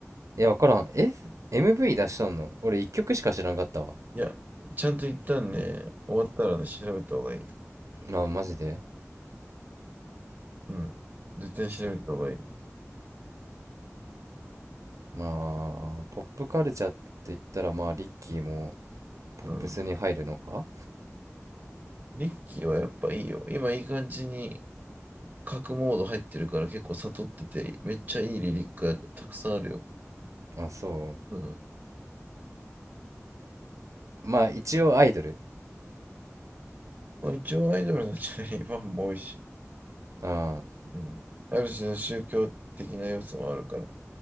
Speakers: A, on the right; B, on the right.
A: いや、わからん。え ?MV 出しとんの俺一曲しか知らんかったわ。
B: いや、ちゃんと一旦ね、終わったらね、調べた方がいい。
A: まあ、マジで
B: うん。絶対調べた方がいい。
A: そっか。まあ、ポップカルチャーって言ったら、まあ、リッキーもポップスに入るのか
B: うん。リッキーはやっぱいいよ。今いい感じに角モード入ってるから結構悟ってて、めっちゃいいリリックがたくさんあるよ。
A: あ、そ
B: うん。
A: う。まあ一応アイドル。
B: まあ、一応アイドルのチャリファンも多いし、
A: あー
B: うん。ある種の宗教的な要素もあるから。